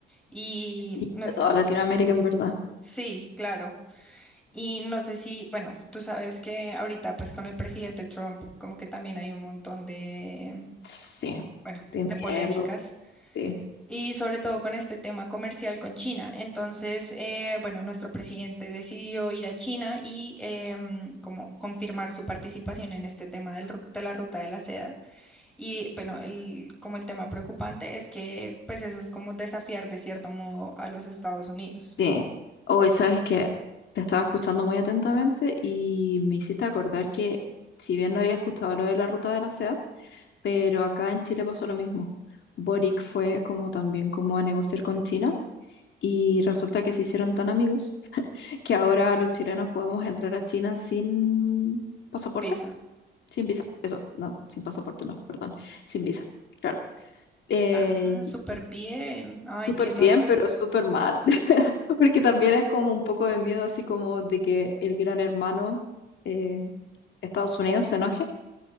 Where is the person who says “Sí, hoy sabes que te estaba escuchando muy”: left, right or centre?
Left